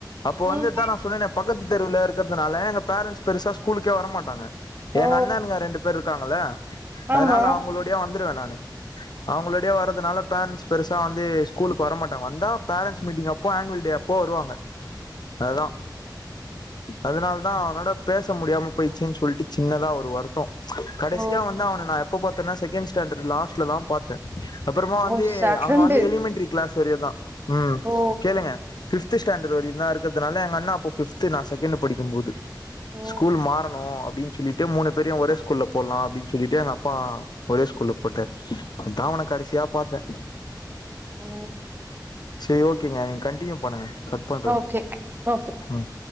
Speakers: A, on the left; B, on the right.
A: அப்ப வந்து
B: ம்
A: இதா நா சொன்னேன பக்கத்து தெருவுல இருக்கறதுனால எங்க பேரண்ட்ஸ் பெருசா ஸ்கூலுக்கே வர மாட்டாங்க எங்க
B: ஓ
A: அண்ணுங்க ரெண்டு பேர் இருக்காங்கள
B: ஆமா
A: அதனால அவங்களுடையே வந்துருவேன் நானு அவங்களுடையே வரதுனால பேரண்ட்ஸ் பெருசா வந்து ஸ்கூலுக்கு வர மாட்டாங்க வந்தா பேரண்ட்ஸ் மீட்டிங் அப் ப்போ ஆன்வள்டே அப்போ வருவாங்க ஆ அததான் அதனால தான் அவனோட பேச முடியாம போயிச்சேன் சொல்ட்டு சின்னதா ஒரு வரு தோ கடைசியா
B: ஓ
A: வந்து அவன நா எப்ப பாத்தன்னா செகண்ட் ஸ்டாண்டர்ட் லாஸ்ட்ல தான் பாத்தேன் அப்புறமா வந்து
B: ஓ ச ஃப்ரெண்டு
A: அங்க வந்து இலிமெண்ட்ரி கிளாஸ் வரைதான் உம்
B: ஓ
A: கேளுங்க பிஃப்த் ஸ்டாண்டர் வரை தான் இருக்கதுனால எங்க அண்ணா அப்ப பிஃப்து நான் செகண்ட் படிக்கும் போது
B: ஓ
A: ஸ்கூல் மாறணும் அப்டின் சொலிட்டு மூணு பேரையும் ஒரே ஸ்கூல்ல போடலாம் அப்படின்னு சொல்லிட்டு எங்க அப்பா ஒரே ஸ்கூல்ல போட்டாரு அப்போ தான் கடைசியா பாத்தேன்
B: ஓ
A: சேர் ஓகேங்க நீங்க கண்டினியூ பண்ணுங்க கட் பண்ற
B: ஓகே ஓ
A: ம்